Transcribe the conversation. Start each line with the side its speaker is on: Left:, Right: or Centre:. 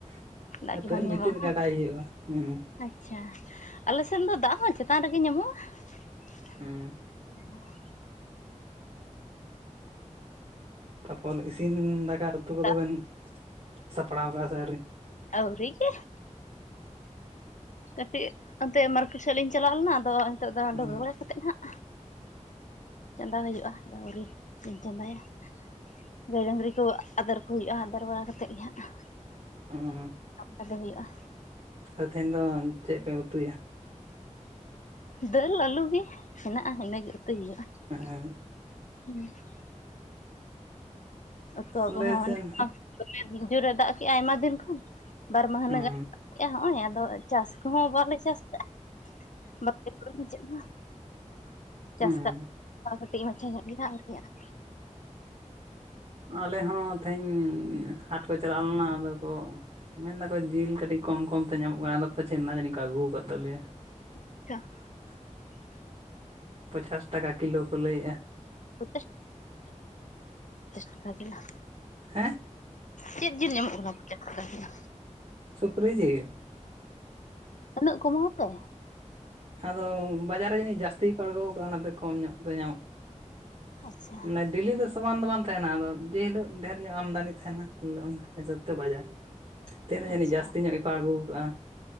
Right: ᱾
Left: ᱫᱟᱜ
Right: ᱟᱹᱛᱷᱟᱹᱱ
Left: ᱜᱮ ᱵᱟᱝ ᱧᱟᱢᱚᱜᱼᱟ
Right: ᱵᱷᱤᱛᱤᱨ ᱨᱮ ᱜᱟᱰᱟᱭ
Left: ᱵᱟᱝ
Right: ᱦᱩᱭᱩᱜᱼᱟ ᱦᱩᱸ ᱾
Left: ᱟᱪᱪᱷᱟ ᱟᱞᱮ ᱥᱮᱱ ᱫᱚ ᱫᱟᱜ ᱦᱚᱸ ᱪᱮᱛᱟᱱ ᱨᱮᱜᱮ ᱧᱟᱢᱚᱜᱼᱟ ᱾ <inaudible>
Right: ᱦᱩᱸ ᱛᱟᱯᱚᱨ ᱤᱥᱤᱱ ᱫᱟᱠᱟ ᱩᱛᱩ ᱠᱚᱫᱚ
Left: ᱫᱟᱜ
Right: ᱵᱮᱱ ᱥᱟᱯᱲᱟᱣ ᱠᱟᱜᱼᱟ ᱥᱮ ᱟᱣᱨᱤ?
Left: ᱟᱣᱨᱤ ᱜᱮ ᱾ ᱠᱟᱹᱴᱤᱡ ᱚᱱᱛᱮ ᱢᱟᱨᱠᱮᱴ ᱥᱮᱫ ᱞᱤᱧ ᱪᱟᱞᱟᱣ ᱞᱮᱱᱟ ᱟᱫᱚ ᱦᱤᱛᱳᱜ ᱫᱚ
Right: ᱦᱩᱸ
Left: ᱰᱟᱹᱵᱨᱟᱹ ᱵᱟᱲᱟ ᱠᱟᱛᱮᱫ ᱦᱟᱸᱜ ᱪᱚᱸᱫᱟ ᱦᱳᱭᱳᱜᱼᱟ, ᱟᱫᱚ ᱟᱣᱨᱤ ᱞᱤᱧ ᱪᱚᱸᱫᱟᱭᱟ ᱾ ᱜᱟᱹᱭ ᱰᱟᱹᱝᱨᱤ ᱠᱚ ᱟᱫᱮᱨ ᱠᱚ ᱦᱩᱭᱩᱜᱼᱟ ᱟᱫᱮᱨ ᱵᱟᱲᱟ ᱠᱟᱛᱮᱫ ᱜᱮ ᱦᱟᱸᱜ ᱾
Right: ᱩᱸ
Left: <inaudible> ᱦᱩᱭᱩᱜᱼᱟ ᱾
Right: ᱟᱫᱚ ᱛᱮᱦᱮᱧ ᱫᱚ ᱪᱮᱫ ᱯᱮ ᱩᱛᱩᱭᱟ
Left: ᱫᱟᱹᱞ ᱟᱞᱩ ᱜᱮ ᱦᱮᱱᱟᱜᱼᱟ, ᱤᱱᱟᱹ ᱜᱮ ᱩᱛᱩᱭ ᱦᱩᱭᱩᱜᱼᱟ
Right: ᱦᱮᱸ
Left: <inaudible> ᱩᱛᱩ ᱟᱜᱩ
Right: ᱟᱞᱮ
Left: ᱦᱚᱸ
Right: ᱥᱮᱱ
Left: <inaudible> ᱫᱚᱢᱮ ᱡᱳᱨᱮ ᱫᱟᱜ ᱠᱮᱜᱼᱟ ᱟᱭᱢᱟ ᱫᱤᱱ ᱠᱷᱚᱱ ᱵᱟᱨ ᱢᱟᱹᱦᱱᱟᱹ
Right: ᱦᱩᱸ
Left: ᱜᱟᱱᱮ ᱫᱟᱜ <inaudible> ᱦᱚᱜ-ᱚᱭ ᱟᱫᱚ ᱪᱟᱥ ᱠᱚᱦᱚᱸ ᱵᱟᱞᱮ ᱪᱟᱥ ᱠᱟᱜ-ᱟ <unintelligible> ᱪᱟᱥ
Right: ᱦᱩᱸ
Left: ᱠᱟᱜ ᱠᱟᱹᱴᱤᱡ ᱢᱟᱪᱷᱟ ᱧᱚᱜ ᱢᱮᱱᱟᱜᱼᱟ ᱟᱣᱨᱤᱭᱟᱜ-ᱟ
Right: ᱟᱞᱮ ᱦᱚᱸ ᱛᱮᱦᱮᱧ ᱦᱟᱴ ᱠᱚ ᱪᱟᱞᱟᱣ ᱞᱮᱱᱟ ᱟᱫᱚ ᱠᱚ ᱢᱮᱱ ᱫᱟᱠᱚ ᱡᱤᱞ ᱠᱟᱹᱴᱤᱡ ᱠᱚᱢ ᱠᱚᱢ ᱛᱮ ᱧᱟᱢᱚᱜ ᱠᱟᱱᱟ ᱟᱫᱚ ᱯᱟᱪᱷᱮ <inaudible> ᱡᱟᱹᱱᱤᱡ ᱠᱚ ᱟᱹᱜᱩ ᱠᱟᱜ ᱛᱟᱞᱮᱭᱟ
Left: <inaudible>
Right: ᱯᱚᱪᱟᱥ ᱴᱟᱠᱟ ᱠᱤᱞᱳ ᱠᱚ ᱞᱟᱹᱭᱮᱜᱼᱟ
Left: <inaudible> ᱯᱚᱪᱟᱥ ᱴᱟᱠᱟ ᱠᱤᱞᱳ
Right: ᱦᱮᱸ
Left: ᱪᱮᱫ ᱡᱤᱞ ᱧᱟᱢᱚᱜ ᱠᱟᱱᱟ ᱯᱚᱪᱟᱥ ᱴᱟᱠᱟ ᱠᱤᱞᱳ
Right: ᱥᱩᱠᱨᱤ ᱡᱤᱞ
Left: ᱩᱱᱟᱹᱜ ᱠᱚᱢᱟ ᱛᱮ
Right: ᱟᱫᱚ ᱵᱟᱡᱟᱨ ᱨᱮ ᱡᱟᱹᱱᱤᱡ ᱡᱟᱹᱥᱛᱤ ᱜᱮᱠᱚ ᱟᱲᱜᱳ ᱠᱟᱜᱼᱟ ᱚᱱᱟᱛᱮ ᱠᱚᱢ ᱧᱚᱜ ᱛᱮ ᱧᱟᱢᱚᱜ
Left: ᱟᱪᱪᱷᱟ
Right: ᱢᱟᱱᱮ ᱰᱮᱞᱤ ᱫᱚ ᱥᱚᱢᱟᱱ ᱫᱚ ᱵᱟᱝ ᱛᱟᱦᱮᱱᱟ ᱟᱫᱚ ᱡᱮ ᱦᱤᱞᱳᱜ ᱰᱷᱮᱨ ᱧᱚᱜ ᱟᱢᱫᱟᱱᱤ ᱛᱟᱦᱮᱱᱟ ᱤᱱᱦᱤᱞᱳᱜ ᱚᱱᱠᱟ ᱦᱤᱥᱟᱹᱵ ᱛᱮ ᱵᱟᱡᱟᱨ
Left: <inaudible>
Right: ᱛᱮᱦᱮᱧ ᱫᱚ
Left: ᱟᱪᱪᱷᱟ
Right: ᱡᱟᱹᱱᱤᱡ ᱡᱟᱹᱥᱛᱤ ᱧᱚᱜ ᱜᱮᱠᱚ ᱟᱜᱩ ᱠᱟᱜᱼᱟ